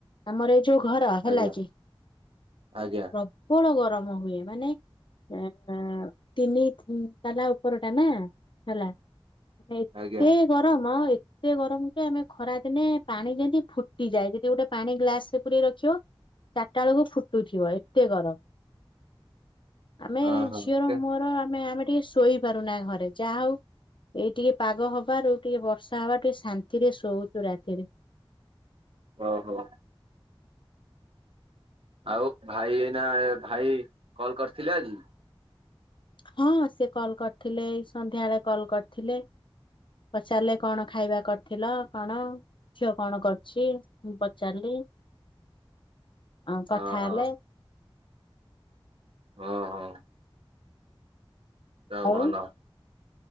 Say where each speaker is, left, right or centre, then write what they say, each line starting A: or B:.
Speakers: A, on the left; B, on the right.
A: ଆମର ଏ ଯୋଉ ଘର ହେଲା
B: ଆଜ୍ଞା
A: କି,
B: ଆଜ୍ଞା
A: ପ୍ରବଳ ଗରମ ହୁଏ, ମାନେ ଆ-ଆ-ଆ ତିନି ତାଲା ଉପର ଟା ନା, ହେଲା ମାନେ ଏତେ
B: ଆଜ୍ଞା
A: ଗରମ, ଆଉ ଏତେ ଗରମ ଯେ ଆମେ ଖରା ଦିନେ ପାଣି ଯେମିତି ଫୁଟିଯାଏ, ଯଦି ଗୋଟେ ପାଣି ଗ୍ଲାସ ରେ ପୁରେଇ ରଖିବ ଚାରିଟା ବେଳକୁ ଫୁଟୁଥିବ, ଏତେ ଗରମ। ଆମେ
B: ହଁ ହଁ।
A: ଝିଅର ମୋର ଆମେ, ଆମେ ଟିକେ ଶୁ ଶୋଇ ପାରୁନା ଏ ଘରେ, ଯାହା ହଉ, ଏଇ ଟିକେ ପାଗ ହବାରୁ, ଟିକେ ବର୍ଷା ହବାଠୁ, ଟିକେ ଶାନ୍ତିରେ ଶୋ ଶୋଉଚୁ ରାତିରେ।
B: ଓ ହୋ। ଆଉ ଭାଇ ଏଇନା ଭାଇ, କଲ କରିଥିଲେ ଆଜି?
A: ହଁ ସେ କଲ୍ କରିଥିଲେ ଏଇ ସନ୍ଧ୍ୟା ଏଳେ କଲ୍ କରିଥିଲେ। ପଚାରିଲେ କଣ ଖାଇବା କରିଥିଲ, କଣ? ଛୁଆ କଣ କରୁଛି ମୁଁ ପଚାରିଲି ଆଉ କଥା
B: ହଁ ହଁ
A: ହେଲେ।
B: ଓ ହୋ। ଦେହ
A: ଆଉ
B: ଭଲ।